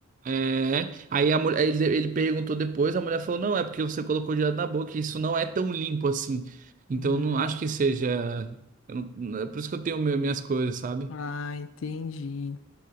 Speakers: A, on the right; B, on the left.
A: É. Aí a mulher, ele, ele perguntou depois, a mulher falou, não, é porque você colocou direto na boca, e isso não é tão limpo assim. Então
B: Hum.
A: eu não acho que seja. eu não- é por isso que eu tenho meu- minhas coisas, sabe?
B: Ah, entendi.